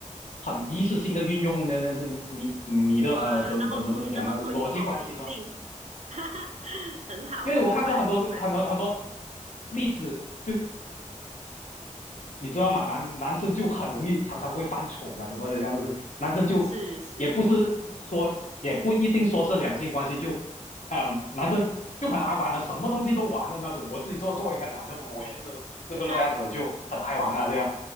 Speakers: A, on the left; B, on the right.
A: 很一次性的运用那那那你你的呃怎怎怎么讲呢？
B: 哇，那么推那么推崇女性，
A: 逻辑关系是吧？
B: <laughs> 哈哈，很好，
A: 因为我看过很多很多很多
B: 我明白，我明白，
A: 例子，就你知道吗？男男生就很容易常常会犯蠢啊，什么的这样东西。男生就也不是说也不一定说是两性关系，
B: 是是，
A: 就嗯，男生就很爱玩的，什么东西都玩的那种。我自己做作为一个男的，我也是就这么样子的，
B: <laughs> 哈，
A: 就很爱玩啊，这样